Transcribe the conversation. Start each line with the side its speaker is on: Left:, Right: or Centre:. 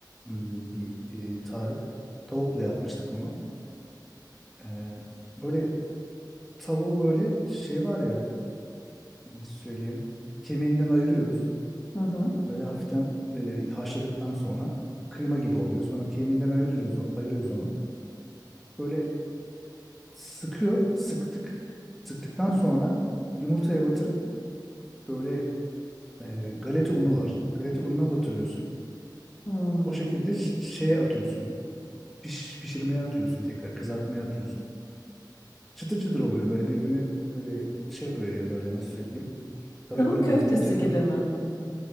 Centre: Hmm, Bir e, tarif. Tavukla yapmıştık onu. Ee, böyle tavuğu böyle şey var ya nasıl söyleyeyim. Kemiğinden ayırıyoruz.
Left: Hı hı.
Centre: Böyle hafiften e, haşladıktan sonra kıyma gibi oluyor. Sonra kemiğinden ayırıyoruz, o- ayırıyoruz onu. Böyle sıkıyorum. Sıktık. Sıktıktan sonra yumurtaya batırıp böyle e, galeta unu var. Galeta ununa batırıyorsun.
Left: Hmm.
Centre: O şekilde ş- şeye atıyorsun. piş, pişirmeye atıyorsun tekrar kızartmaya atıyorsun. Çıtır çıtır oluyor böyle birbirini böyle şey yapıveriyor böyle nasıl söyleyeyim. Tabii
Left: Tavuk
Centre: önce
Left: köftesi
Centre: yumurtaya
Left: gibi
Centre: bat.
Left: mi?